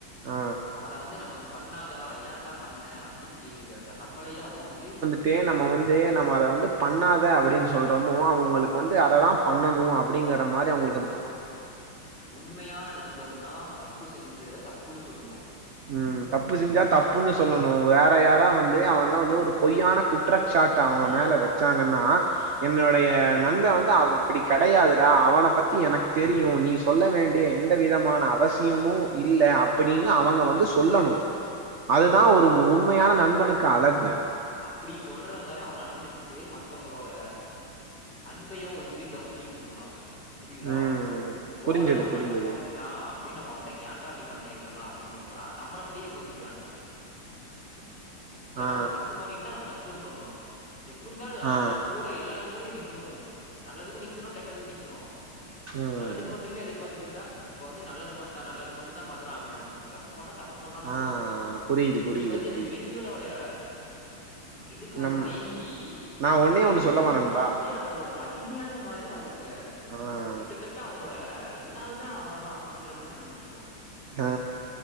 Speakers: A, on the right; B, on the left.
A: ஆ
B: அவன வந்து நம்ம இடி பண்ணாதடா ஏன்டா பண்ண அப்டின்னு கேள்வி கேட்டா நம்மளே அவன் வந்து
A: இப்பயே நம்ம வந்து நம்ம அத வந்து பண்ணாத அப்டின்னு சொல்றோமோ அவுங்களுக்கு வந்து அதல்லா பண்ணணு அப்டிங்கற மாரி அவுங்களுக்கு
B: ஆமா உண்மையான நண்பன் தா தப்பு செஞ்சத தப்புன்னு சொல்லுவா
A: ம் தப்பு செஞ்சா தப்புன்னு சொல்லணு வேற யாரோ வந்து அவனால வந்து ஒரு பொய்யான குற்றச்சாட்டு தா அவுங்க
B: ஆ
A: மேல
B: ஆமா
A: வச்சாங்கன்னா என்னனுடைய நண்பன் வந்து அவ அப்டி கிடையாதுடா அவன பத்தி எனக்கு தெரியு நீ சொல் சொல்ல வேண்டிய எந்த விதமான அவசியமும் இல்ல அப்படின்னு அவங்க வந்து து சொல்லணு அதுதா
B: ஆமா அப்டி
A: ஒரு உண்மையான நண்பனுக்கு அழகு
B: அப்படி சொல்ற மாறி அவன் நடந்துகிட்டு மத்தவங்களோட அன்பையு வந்து கவனிச்சுட்டு இருக்கனு அவன் புரியுதா
A: ம்
B: இப்போ
A: புரிஞ்சது
B: நம்ம
A: புரிஞ்சது
B: சண்ட போட்டுக்கிட்டு ட்டான் அப்படின்னு நம்ம அவன்கிட்ட ஏன்டா அப்டி பண்ண இதெல்லா அப்டின்னு கேட்டா நம்மகிட்டே கோச்சுக்கிறானுங்க ஏன்னா
A: ஆ
B: அவன் தப்பு பண்ணிருந்தா நம்ம தப்புன்னு சொல்லணும் எப்படி இருந்தாலும்
A: ஆ
B: நம்ம அவன் கூ எல்லாத கூட நிக்கணும் நல்லதுக்கு நிக்கணும் கெட்டதுக்கு நிக்கணும்
A: ம்
B: நல்லதுக்கு மட்டுமே எதிர்பார்த்துட்டு இருந்தா இப்ப வந்து நல்லது பண்டா நல்லது மட்டும் தான் பண்றான் அப்படின்னு நினைச்ச கூ தப்பு பன்னா தப்பு பன்டாங்க
A: ஆ
B: சொல்லணு
A: புரியுது
B: இவனுக்கு
A: புரியுது
B: வந்து
A: புரியுது
B: இந்த பெண்களோடைய இதுக்கு வந்து
A: நம்
B: மயங்கி
A: நா ஒன்னே
B: அவங்க
A: ஒண்ணு
B: என்ன
A: சொல்லவா
B: சொல்றாங்களோ
A: நண்பா
B: அப்படியே அவங்களோட ஆ டிமையாக மாறி அவங்கக்கு
A: ம்.
B: கிட்டத்தட்ட அவங்களோட எல்லாதுமே அவங்கதா அப்டின்ற மாறி நடத்திட்டு இருக்கானுங்க
A: ஆ